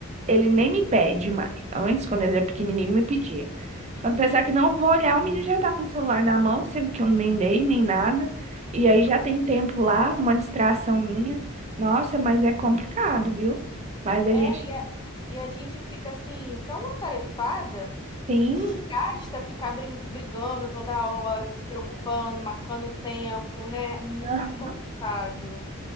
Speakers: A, on the right (about 30°); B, on the left (about 20°).
A: ele nem me pede mais. Antes, quando ele era pequenininho, me pedia.
B: De
A: Quando
B: dia.
A: pensar que não eu vou olhar, o menino já tá com o celular na mão, sendo que eu nem dei, nem nada. E aí já tem tempo lá, uma distração minha. Nossa, mas é complicado, viu? Mas a
B: É,
A: gente
B: e a, e a gente fica assim, tão atarefada
A: tem
B: que desgasta ficar brin- brigando toda hora, se preocupando, marcando tempo, né? É Muito
A: Ah,
B: complicado.